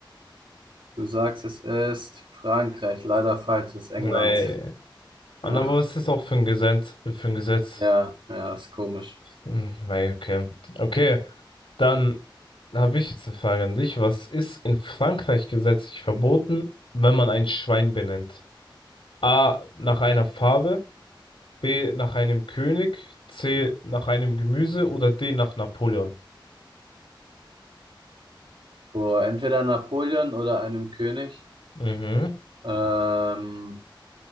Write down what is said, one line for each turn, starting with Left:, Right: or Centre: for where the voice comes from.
Right: Du sagst, es ist Frankreich, leider falsch, es ist England.
Left: Ey. Aber
Right: Ja,
Left: was ist auch für ein Gesetz, für ein Gesetz?
Right: ja, ja, ist komisch.
Left: Hm, Weil, okay. Okay, dann habe ich jetzt eine Frage an dich. Was ist in Frankreich gesetzlich verboten, wenn man ein Schwein benennt? A, nach einer Farbe, B, nach einem König, C, nach einem Gemüse oder D, nach Napoleon?
Right: Vor entweder Napoleon oder einem König.
Left: Mhm.
Right: Ähm,